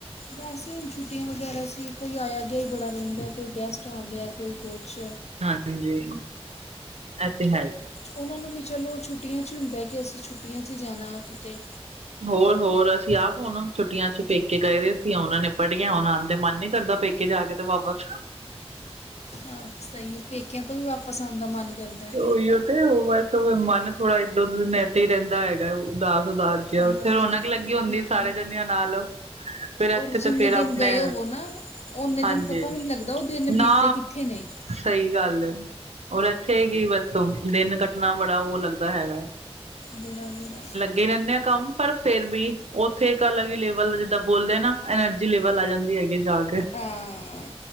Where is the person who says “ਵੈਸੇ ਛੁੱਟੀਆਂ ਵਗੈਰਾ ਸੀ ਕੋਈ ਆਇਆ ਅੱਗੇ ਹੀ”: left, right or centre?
Left